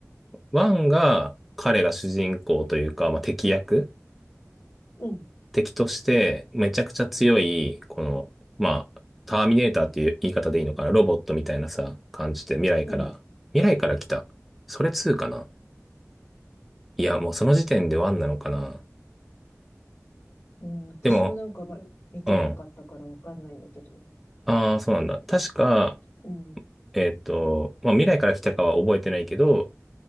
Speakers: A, in the centre; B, on the left (about 65°).
A: ワンが彼が主人公というか、まあ、敵役、
B: うん、
A: 敵としてめちゃくちゃ強い、この、まあ、ターミネーターっていう言い方でいいのかな、ロボットみたいなさ、感じで未来から、
B: うん。
A: 未来から来た。それ2かないや、もうその時点でワンなのかな。
B: うん、私もなんか、
A: でも、
B: ま、見てなかったからわかんないんだけど。
A: うん。ああ、そうなんだ。確か、
B: うん、
A: えっと、まあ、未来から来たかは覚えてないけど、